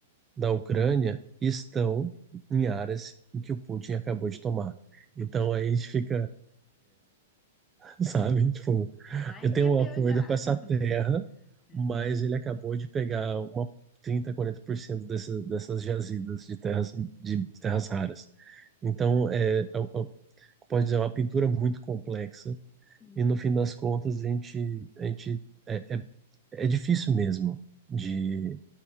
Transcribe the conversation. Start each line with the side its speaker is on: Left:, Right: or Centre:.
Right: da Ucrânia estão em áreas em que o Putin acabou de tomar. Então aí a gente fica, <laughs> sabe, tipo,
Left: Sai
Right: eu tenho
Left: que é meu
Right: um acordo
Left: já.
Right: com essa
Left: <laughs>
Right: terra,
Left: É.
Right: mas ele acabou de pegar uma trinta quarenta por cento dessas, dessas jazidas de terras, de, de terras raras. Então, é, é- é- pode dizer, é uma pintura muito complexa
Left: Sim.
Right: E no fim das contas, a gente, a gente é, é, é difícil mesmo de,